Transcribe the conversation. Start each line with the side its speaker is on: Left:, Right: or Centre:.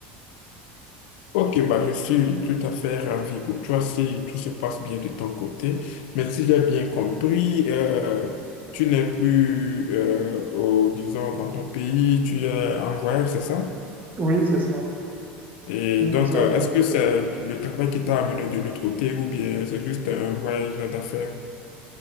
Left: Ok, bah, je suis tout à fait ravi pour toi si tout se passe bien de ton côté. Mais si j'ai bien compris, euh, tu n'es plus, euh, au, disons, dans ton pays, tu es en voyage, c'est ça?
Right: Oui, c'est ça.
Left: Et
Right: Oui,
Left: donc,
Right: c'est ça,
Left: euh,
Right: c'est
Left: est-ce
Right: ça,
Left: que
Right: j'ai passé.
Left: c'est le travail qui t'a amené de l'autre côté ou bien c'est juste un voyage d'affaires?